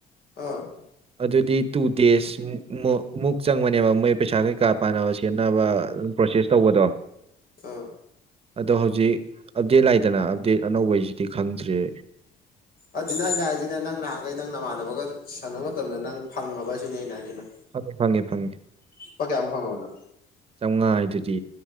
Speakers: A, on the left; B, on the right.
A: ꯑꯥ
B: ꯑꯗꯨꯗꯤ ꯇꯨ ꯗꯦꯖ ꯃꯨꯛ ꯃꯨꯛ ꯃꯨꯛ ꯆꯪꯕꯅꯦꯕ ꯃꯣꯏ ꯄꯩꯁꯥ ꯀꯩꯀꯥ ꯄꯥꯅꯕ ꯁꯦꯠꯅꯕ ꯄ꯭ꯔꯣꯁꯦꯁ ꯇꯧꯕꯗꯣ
A: ꯑ
B: ꯑꯗꯣ ꯍꯧꯖꯤꯛ ꯑꯞꯗꯦꯠ ꯂꯩꯥꯛꯏꯗꯅ ꯑꯞꯗꯦꯠ ꯑꯅꯧꯕꯩꯁꯤꯗꯤ ꯈꯪꯗ꯭ꯔꯤ
A: ꯑꯗꯨꯅ ꯑꯩꯅ ꯍꯥꯏꯖꯤꯅ ꯅꯪ ꯅꯍꯥꯟꯈꯩ ꯅꯪ ꯅꯃꯥꯟꯅꯕꯒ ꯁꯥꯟꯅꯕ ꯃꯇꯝꯗ ꯅꯪ ꯐꯪꯉꯕ ꯁꯤꯅꯤ ꯑꯩꯅ ꯍꯥꯏꯁꯤꯅ
B: ꯐꯪꯉꯦ ꯐꯪꯉꯦ ꯐꯪꯉꯦ
A: ꯂꯨꯄꯥ ꯀꯌꯥꯃꯨꯛ ꯐꯪꯉꯕ ꯅꯪ
B: ꯆꯧꯉꯥ ꯍꯥꯏꯗꯨꯗꯤ